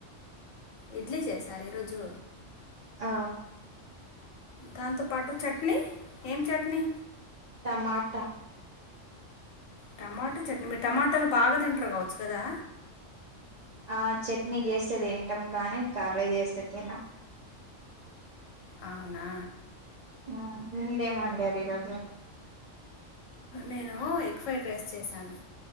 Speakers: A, on the left (about 85°); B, on the right (about 60°).
A: ఇడ్లీ చేసారా ఈ రోజు
B: ఆ
A: దాంతోపాటు చట్నీ ఏం చట్నీ
B: టమాటా
A: టమాటా చట్నీ మీరు టమాటాలు బాగా తింటారు కావచ్చు కదా
B: ఆ చట్నీ చేస్తే తింటాం కానీ కర్రీ చేస్తే తినం
A: అవునా
B: హా మీరేం వండారు ఈ రోజు
A: నేను ఎగ్ ఫ్రైడ్ రైస్ చేశాను